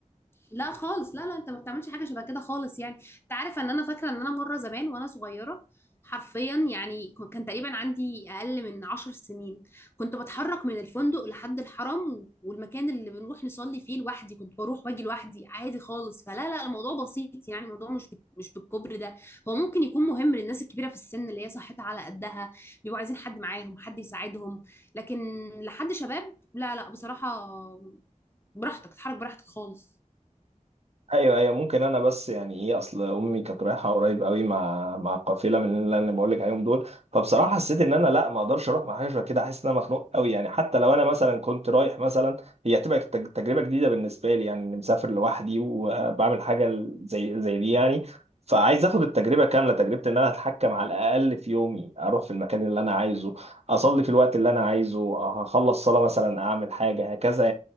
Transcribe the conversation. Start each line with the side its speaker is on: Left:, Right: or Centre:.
Left: لا خالص لا لا انت ما بتعملش حاجه شبه كده خالص يعني انت عارف ان انا فاكره ان انا مره زمان وانا صغيره حرفيا يعني ك- كان تقريبا عندي اقل من عشر سنين كنت بتحرك من الفندق لحد الحرم والمكان اللي بنروح نصلي فيه لوحدي كنت بروح واجي لوحدي عادي خالص فلا لا الموضوع بسيط يعني الموضوع مش بال- مش بالكبر ده هو ممكن يكون مهم للناس الكبيره في السن اللي هي صحتها على قدها بيبقوا عايزين حد معاهم حد يساعدهم لكن لحد شباب لا لا بصراحه براحتك تتحرك براحتك خالص
Right: ايوه ايوه ممكن انا بس يعني ايه اصل امي كانت رايحه قريب قوي مع مع قافله من اللي انا بقول لك عليهم دول فبصراحه حسيت ان انا لا ما اقدرش اروح مع حاجه شبه كده احس ان انا مخنوق قوي يعني حتى لو انا مثلا كنت رايح مثلا هي هتبقى تج- تجربه جديده بالنسبه لي يعني اني مسافر لوحدي وبعمل حاجه ال- زي زي دي يعني فعايز اخد التجربه كامله تجربه ان انا اتحكم على الاقل في يومي اروح في المكان اللي انا عايزه اصلي في الوقت اللي انا عايزه اخلص صلاه مثلا اعمل حاجه هكذا